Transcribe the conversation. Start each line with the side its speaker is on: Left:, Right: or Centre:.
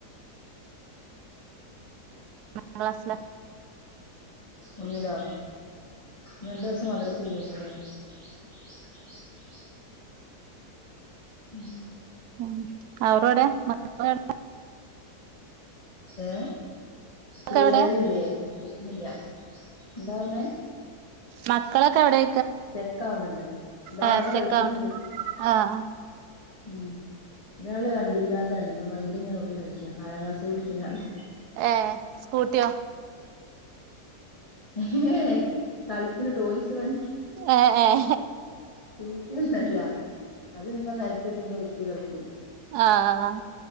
Right: ഒന്നാം ക്ലാസിലാ
Left: ഒന്നിലോ രണ്ട് ദിവസം മദ്രസ് <unintelligible> മ്ഹ്
Right: ഉം അവരെവടെ മക്കളെവിടെ
Left: ഏ ക്ലിയറില്ലേ
Right: എവിടെ
Left: കേക്കുന്നില്ലേ എന്താ പറഞ്ഞേ
Right: മക്കളൊക്കെ എവിടെ
Left: ചെക്ക അവിടൊണ്ട് താവിടെ
Right: ആഹ് സെക്കൗണ്ട്
Left: കളിക്കണണ്ട്
Right: ആഹ്
Left: ഉം ഒരാള് വണ്ടിപ്രാന്താണ് ഇപ്പൊ വണ്ടി ഇങ്ങനെ ഓട്ടി കളിക്കാ നാലാം ക്ലാസിൽ പടിക്കുന്ന ആള്
Right: ഏ സ്കൂട്ടിയോ
Left: <unintelligible> കളിക്കുന്ന ടോയ്സ് വണ്ടി
Right: ഏഹ് ഏഹ്
Left: സ്കൂട്ടിയൊന്നുമല്ല അത് ഇങ്ങ നിലത്തിട്ട് ഇങ്ങ് ഉരുട്ടി കളിക്കും
Right: ആഹ്